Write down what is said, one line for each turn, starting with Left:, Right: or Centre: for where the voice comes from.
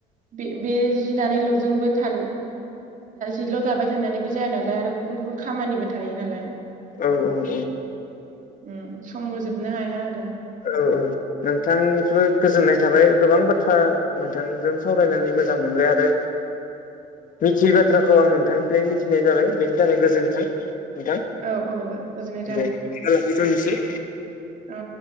Right: बे बे जि दानायल'जोंबो था जिल' दाबाय थानानैबो जाया नालाय आरो गुबुन गुबुन खामानिबो थायो नालाय
Left: औ औ औ औ <unintelligible>
Right: उम सम होजोबनो हाया आरो
Left: औ औ नोंथांनिफ्राय गोजोननाय थाब <unintelligible> गोबां बाथ्रा नोंथांजों सावरायनानै मोजां मोनबाय आरो मिथियै बाथ्राखौ आं नोंथांनिफ्राय मिथिनाय जाबाय बेनि थाखाय गोजोन्थों नोंथां
Right: औ औ गोजोननाय
Left: दे <unintelligible> लाखिथ'सै
Right: ओ